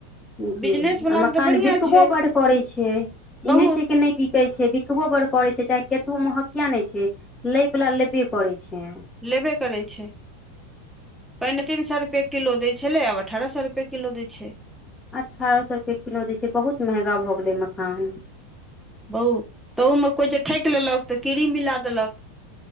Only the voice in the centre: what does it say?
बिजनेसवलाके
तऽ बढ़िआँ
छै
बहुत
लेबे करै छै पहिने तीन सए रुपए किलो दै छलै आब अठारह सए रुपए किलो दै छै
बहुत तहूमे कोइ जे ठकि लेलक तऽ कीड़ी मिला देलक